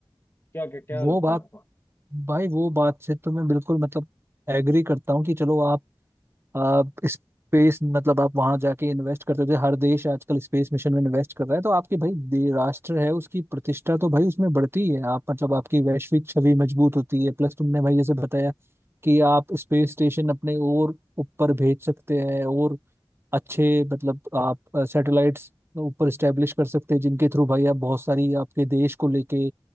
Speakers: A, on the left; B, on the right.
A: क्या क्या, क्या
B: वो
A: लगता
B: बात
A: है आपको
B: भाई वो बात से तो मैं बिल्कुल मतलब एग्री करता हूँ कि चलो आप आप स्पेस मतलब आप वहां जाके इन्वेस्ट करते थे हर देश आजकल स्पेस मिशन में इन्वेस्ट कर रहा है तो आपकी भाई दे- राष्ट्र है उसकी प्रतिष्ठा तो भाई उसमें बढ़ती है आप मतलब आपकी वैश्विक छवि मजबूत होती है प्लस तुमने भाई जैसे बताया कि आप स्पेस स्टेशन अपने और ऊपर भेज सकते हैं और अच्छे मतलब आप सैटेलाइट्स ऊपर स्टेब्लिश कर सकते हैं जिनके थ्रू भाई आप बहुत सारी आपके देश को लेके